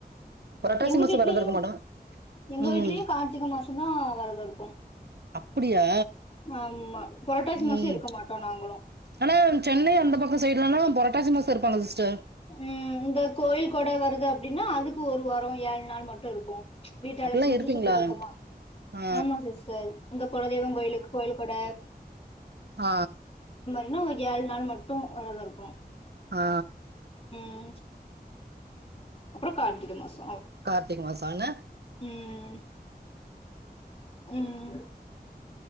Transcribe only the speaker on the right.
புரட்டாசி
மாசம்
விரதம் இருக்க மாட்டே
ம்
அப்படியா
உம்
ஆனா சென்னை அந்த பக்கத்து சைடுலனா புரட்டாசி மாசம் இருப்பாங்க சிஸ்டர்
அப்டில்லா
இருப்பீங்களா
ஆ
ஆ
ஆ
கார்த்திக மாசம் ல